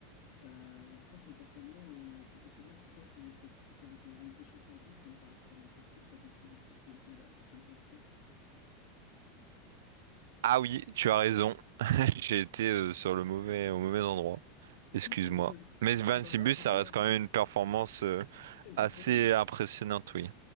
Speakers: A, on the left (about 60°); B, on the right (about 75°).
A: Euh, après, potentiellement, euh, potentiellement c'est toi, c'est les statistiques avec euh, la Ligue des Champions en plus, ça me paraît totalement possible, sachant qu'ils ont tous euh, joué la, la Champions League.
B: Ah oui, tu as raison. <laughs> J'ai été euh, sur le mauvais, au mauvais endroit.
A: <laughs>
B: Excuse-moi.
A: C'est c'est-
B: Mais 26
A: c'est pas grave,
B: buts,
A: c'est
B: ça
A: pas
B: reste
A: grave.
B: quand même une performance euh,
A: Exceptionnel.
B: assez impressionnante, oui.